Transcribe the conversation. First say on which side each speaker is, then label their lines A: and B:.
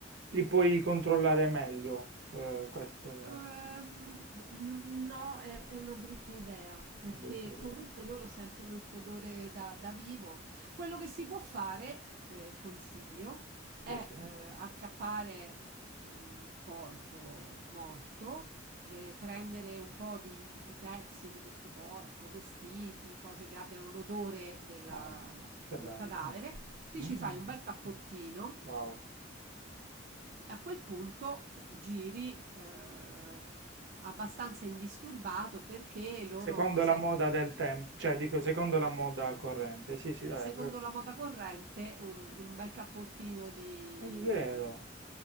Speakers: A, on the right; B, on the right.
A: li puoi controllare meglio. Eh, questa era
B: Ehm, b n no, è è una brutta idea, perché
A: una brutta idea.
B: comunque loro sentono il tuo odore da da vivo. Quello che si
A: Mm,
B: può fare, ehm, consiglio, è,
A: Sì.
B: ehm, acchiappare un corpo morto, ehm, prendere un po' di di pezzi di questo corpo, vestiti, cose che abbiano l'odore della
A: Ah, che
B: del
A: bello.
B: cadavere, ti
A: Mm,
B: ci fai un bel cappottino
A: wow.
B: e a quel punto eh, giri eh, abbastanza indisturbato perché loro
A: Secondo
B: sentono
A: la moda del tempo, cioè dico secondo la moda corrente, sì, sì, dai,
B: Secondo
A: cioè-
B: la moda corrente, un, un bel cappottino di,
A: è vero,